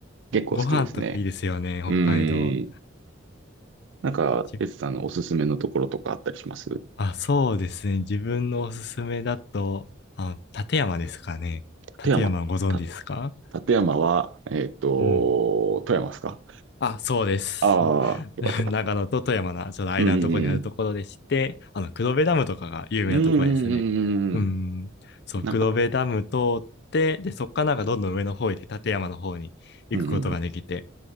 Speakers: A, on the right; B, on the left.
A: 結構好きですね。
B: ご飯とかいいですよね、北海道。
A: うん。なんか、
B: じ
A: エツさんのおすすめのところとかあったりします立
B: あ、そうですね。自分のおすすめだと、あの、立山ですかね。
A: 山。
B: 立山ご存知ですか
A: た、立山は、えっと、
B: うん。
A: 富山ですか
B: あ、そうです。
A: ああー、よかったよかった。
B: <laughs> 長野と富山のちょっと間のところにあるところでして、
A: うんうん
B: あの、黒部ダムとかが有名なところですね。
A: うん。うんうんうんうん。
B: うん。そう、
A: なんか、
B: 黒部ダム通って、で、そっからなんかどんどん上の方行って、立山の方に行くことができて、
A: うん